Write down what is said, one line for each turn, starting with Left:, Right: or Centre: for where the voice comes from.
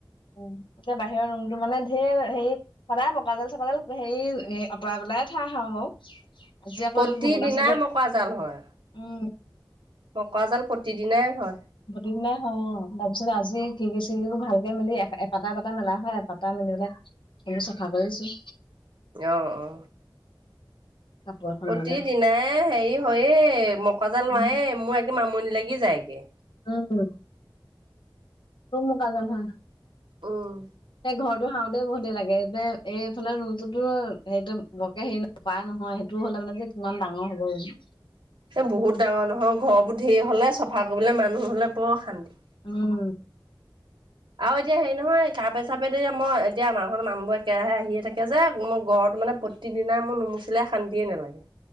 Left: উম এতিয়া বাহিৰৰ ৰুমটো মানে ঢেৰ হে সদায় মকয়া জাল চকৱাজাল হেই অতৰাই পেলাই ঠাই শাৰু বাৰু আজি আকৌ
Right: প্ৰতি
Left: এই ঘুগুলা
Right: দিনাই
Left: চুগুলা
Right: মকয়া জাল হয়।
Left: উম,
Right: মকয়া জাল প্ৰতিদিনাই হয়।
Left: ঘটো বনাই নাইহোৱা অ তাৰপিছতে আজি খিকি চিকিবো ভালকে মেলি এপাটা এপটা মেলা হয় এপটা মেলি পেলাই নিজে চাফা কৰি আছোঁ
Right: অ অ
Left: কাপোৰ এখন
Right: প্ৰতি
Left: লৈ লৈ।
Right: দিনাই হেৰি হয়েই মকৱা জাল
Left: উম,
Right: মায়ে মোৰ একে আমনি লাগি যায়গে।
Left: উম খুব মকৱা জাল হয়
Right: উম
Left: এ ঘৰটো সাওঁতে বহুত দেৰি লাগে যে এইফালে ৰুমটোটো সেইটো বৰকে হেৰি ন কৰা নহয় সেইটো হলে মানে যে কিমান ডাঙৰ হ'ব
Right: এ বহুত ডাঙৰ নহয় ঘৰবোৰ ধেৰ হলে চফা কৰিবলে মানুহ নহলে বৰ অশান্তি
Left: উম
Right: আৰু এতিয়া হেৰি নহয় কাপে চাপে তেতিয়া মই এতিয়া আমাৰ ঘৰলে মানুহবো একেৰাহে আহিয়ে থাকে যে মোৰ ঘৰত মানে প্ৰতিদিনাই মোৰ নুমুচিলাই শান্তিয়ে নালাগে।